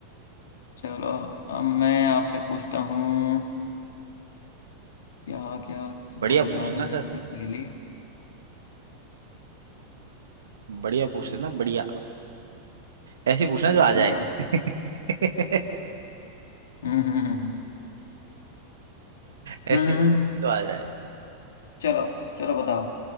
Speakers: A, on the left; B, on the right.
A: चलो अब मैं आपसे पूछता हूँ क्या क्या
B: बढ़िया
A: कोई
B: पूछना
A: याद आ जाए
B: सर
A: मेरे पहले
B: बढ़िया पूछ लेना बढ़िया ऐसी पूछना
A: बढ़िया
B: जो आ जाए <laughs>
A: हम्म हम्म हम्म हम्म।
B: ऐसी
A: हम्म, हम्म, हम्म।
B: जो आ जाए
A: चलो चलो बताओ